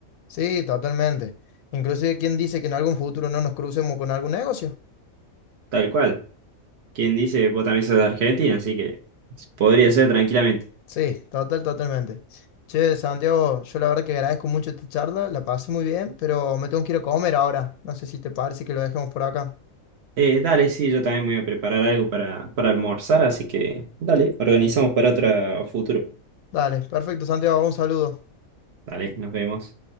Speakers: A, on the left; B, on the right.
A: Sí, totalmente. Inclusive, ¿quién dice que en algún futuro no nos crucemos con algún negocio?
B: Tal cual. Quien dice, vos también sos de Argentina, así que podría ser tranquilamente.
A: Sí, total, totalmente. Che, Santiago, yo la verdad que agradezco mucho esta charla, la pasé muy bien, pero me tengo que ir a comer ahora. No sé si te parece que lo dejemos por acá.
B: Eh, dale, sí, yo también me voy a preparar algo para, para almorzar, así que dale, organizamos para otro futuro.
A: Dale, perfecto, Santiago, un saludo.
B: Dale, nos vemos.